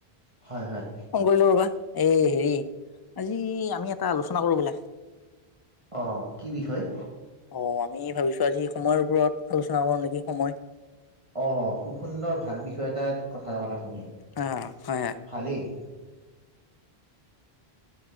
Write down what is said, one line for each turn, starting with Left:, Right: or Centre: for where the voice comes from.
Right: হয়, হয়।
Left: কৰিলও ৰবা, এই হেৰি আজি আমি এটা আলোচনা কৰো বলা।
Right: অঁ কি বিষয়?
Left: অঁ' আমি ভাবিছো আজি সময়ৰ ওপৰত আলোচনা কৰো নেকি সময়।
Right: অঁ' খুব সুন্দৰ ভাল বিষয় এটাৰ কথা ক'লা তুমি,
Left: অ হয় হয়।
Right: ভালেই।